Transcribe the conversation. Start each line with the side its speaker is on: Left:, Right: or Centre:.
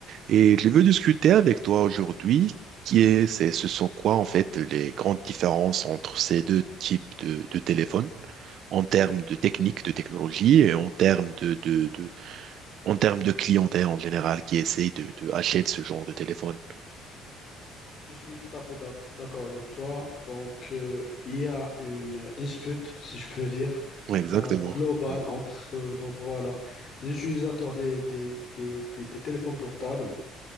Right: Et je veux discuter avec toi aujourd'hui. Qui est, c'est, ce sont quoi en fait les grandes différences entre ces deux types de, de téléphones? en termes de technique, de technologie, et en termes de, de, de- en termes de clientèle en général qui essaye de, de acheter ce genre de téléphone.
Left: Je suis tout à fait d'av- d'accord avec toi. Donc, euh, il y a une dispute, si je peux dire,
Right: Ouais, Exactement.
Left: euh, globale
Right: Mhm.
Left: entre euh, donc voilà, les utilisateurs des, des, des, des- des téléphones portables